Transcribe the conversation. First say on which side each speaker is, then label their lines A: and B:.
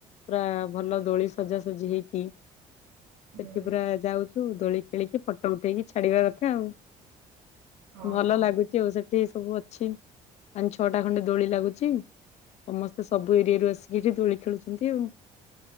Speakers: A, on the left (about 50°); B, on the right (about 85°).
A: ପୁରା ଭଲ ଦୋଳି ସଜାସଜି ହେଇକି
B: ହୁଁ
A: ସେଠି ପୁରା ଯାଉଛୁ। ଦୋଳି ଖେଳିକି ଫଟୋ ଉଠେଇକି ଛାଡିବା କଥା ଆଉ।
B: ହଁ
A: ଭଲ
B: ହଁ
A: ଲାଗୁଛି ଆଉ ସେଠି ସବୁ ଅଛି। ପାଞ୍ଚ ଛଅଟା ଖଣ୍ଡେ ଦୋଳି ଲାଗୁଛି। ସମସ୍ତେ ସବୁ ଏରିଆରୁ ଆସିକି ଏଠି ଦୋଳି ଖେଳୁଛନ୍ତି ଆଉ।